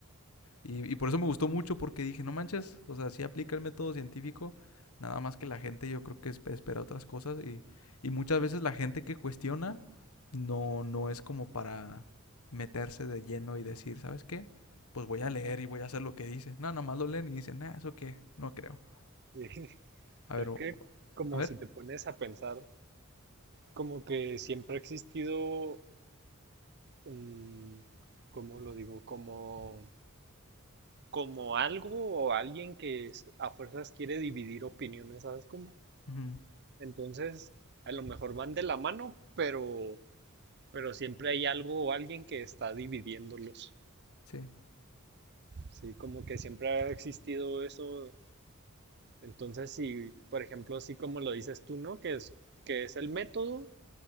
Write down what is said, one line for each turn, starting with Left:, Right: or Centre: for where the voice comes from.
Left: Y, y por eso me gustó mucho porque dije, no manches, o sea, sí aplica el método científico, nada más que la gente yo creo que espera otras cosas y, y muchas veces la gente que cuestiona no, no es como para meterse de lleno y decir, ¿sabes qué? Pues voy a leer y voy a hacer lo que dice. No, nomás lo leen y dicen, nah, eso qué, no creo.
Right: sí. <laughs>
Left: A
Right: Es
Left: ver, o-
Right: que como
Left: a ver.
Right: si te pones a pensar, como que siempre ha existido, mm, ¿cómo lo digo? Como como algo o alguien que es- a fuerzas quiere dividir opiniones, ¿sabes cómo?
Left: Ujú,
Right: Entonces, a lo mejor van de la mano, pero, pero siempre hay algo o alguien que está dividiéndolos.
Left: Sí.
Right: Sí, como que siempre ha existido eso. Entonces, si, por ejemplo, así como lo dices tú, ¿no? Que es, que es el método